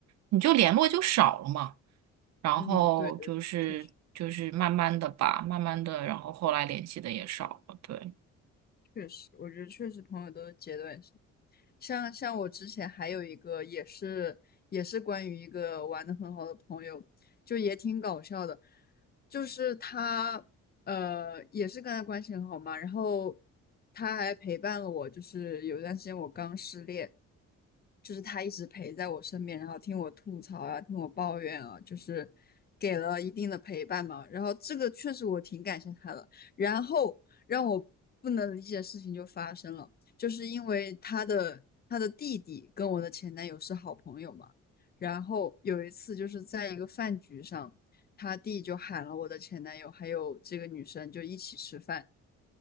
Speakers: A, on the right; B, on the left.
A: 你就联络就少了嘛。然后就是就是慢慢的吧，
B: 嗯，对对对，确实。
A: 慢慢的，然后后来联系的也少了，对。
B: 确实，我觉得确实朋友都是阶段性。像像我之前还有一个也是也是关于一个玩的很好的朋友，就也挺搞笑的，就是他呃也是跟他关系很好嘛，然后他还陪伴了我，就是有一段时间我刚失恋，就是他一直陪在我身边，然后听我吐槽啊，听我抱怨啊，就是给了一定的陪伴嘛，然后这个确实我挺感谢他的。然后让我不能理解的事情就发生了，就是因为他的他的弟弟跟我的前男友是好朋友嘛，然后有一次就是在一个饭局上，他弟就喊了我的前男友还有这个女生就一起吃饭，